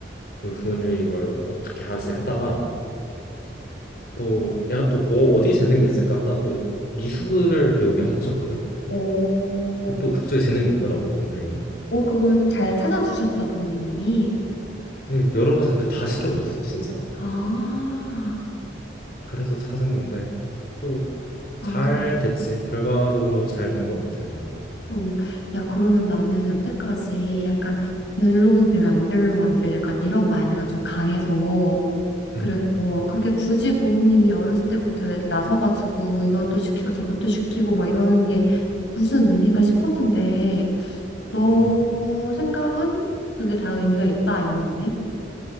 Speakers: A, on the left (about 50°); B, on the left (about 75°).
A: 그 부모님이 이걸 어떻게 하지 하다가 또 애가 또 뭐 어디 재능이 있을까 하다가 또 미술을 배우게 하셨거든
B: 오,
A: 또 그쪽에 재능이 있더라고 동생이
B: 오, 그걸 잘 찾아주셨다, 부모님이.
A: 근데 여러 가지를 다 시켜보셨어 진짜
B: 아,
A: 그래서 찾은 건데 또
B: 아,
A: 잘 됐지 결과적으로 잘 된 것 같아 나는
B: 오. 야, 그러면 나는 여태까지 약간 될놈 될, 안 될놈 안 될, 약간 이런 마인드가 좀 강해서. 그래서
A: 음,
B: 그렇게 굳이 부모님이 어렸을 때부터 애들 나서가지고 이것도 시키고 저것도 시키고 막 이러는 게 무슨 의미인가 싶었는데, 너
A: 음.
B: 생각은 그게 다 의미가 있다, 이런 거네.